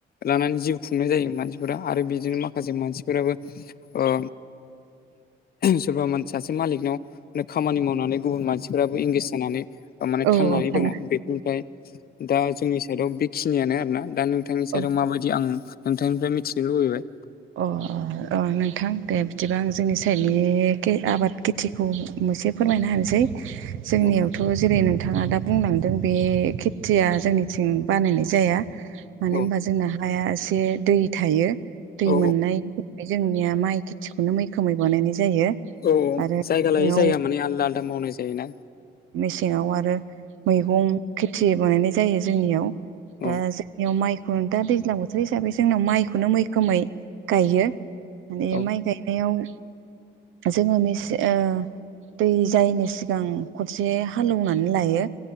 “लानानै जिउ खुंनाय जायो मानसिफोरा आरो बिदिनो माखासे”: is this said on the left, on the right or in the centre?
Left